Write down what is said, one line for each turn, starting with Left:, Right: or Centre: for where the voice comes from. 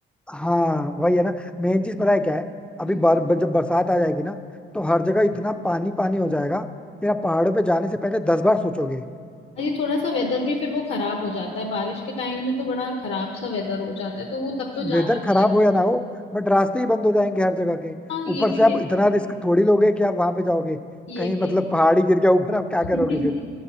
Centre: हाँ वही है ना मेन चीज पता है क्या है अभी
Left: हम्म,
Centre: बर, बर, जब बरसात आ जाएगी ना तो हर जगह इतना पानी पानी हो जाएगा फिर आप पहाड़ों पे जाने से पहले दस बार सोचोगे
Left: अरे थोड़ा सा वेदर भी फिर वो खराब हो जाता है बारिश के टाइम में तो बड़ा खराब सा वेदर हो जाता है तो वो तब तो जाने
Centre: वेदर
Left: वाला
Centre: खराब हो या ना हो बट रास्ते ही बंद हो जाएंगे हर जगह के
Left: हाँ ये
Centre: ऊपर
Left: भी
Centre: से आप
Left: है
Centre: इतना रिस्क थोड़ी लोगे कि आप वहां पे जाओगे
Left: ये
Centre: कहीं
Left: भी
Centre: मतलब पहाड़ी गिर गया ऊपर आप क्या
Left: है
Centre: करोगे
Left: <laughs>
Centre: फिर